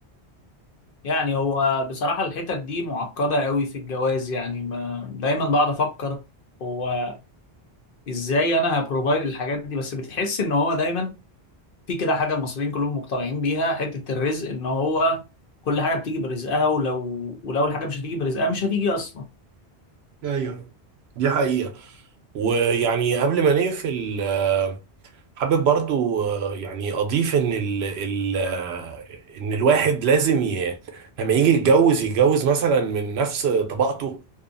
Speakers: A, on the left; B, on the right.
A: يعني هو بصراحة الحتت دي معقدة قوي في الجواز يعني ما دايما بقعد افكر هو ازاي انا هبروفايد الحاجات دي بس بتحس ان هو دايما في كده حاجة المصريين كلهم مقتنعين بيها حتة الرزق ان هو كل حاجة بتيجي برزقها ولو ولو الحاجة مش هتيجي برزقها مش هتيجي اصلا
B: ايوه دي حقيقة ويعني قبل ما نقفل آه، حابب برضو آه، يعني أضيف إن ال ال آه، إن الواحد لازم ي... لما يجي يتجوز يتجوز مثلا من نفس طبقته